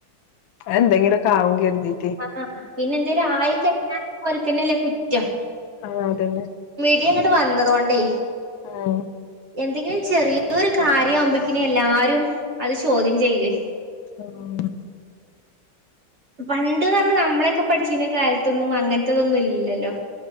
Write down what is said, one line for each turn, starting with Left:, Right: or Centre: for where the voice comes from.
Left: എന്തെങ്കിലും ഒക്കെ ആവും കര്തിട്ടെ
Right: ആഹ് പിന്നെ എന്തേലും ആയി കഴിഞ്ഞാ പോൽക്കന്നല്ലേ കുറ്റം
Left: ആഹ് അതന്നെ
Right: ഇ അങ്ങട്ട് വന്നതോണ്ടേ
Left: ആഹ്
Right: എന്തെങ്കിലും ചെറിയൊരു കാര്യ ആവുമ്പോക്കിന എല്ലാരും അത് ചോദ്യം ചെയ്യേ
Left: ആഹ്
Right: പണ്ട് പറഞ്ഞ നമ്മളൊക്കെ പഠിച്ച കാലത്തൊന്നും അങ്ങനത്തതൊന്നും ഇല്ലല്ലോ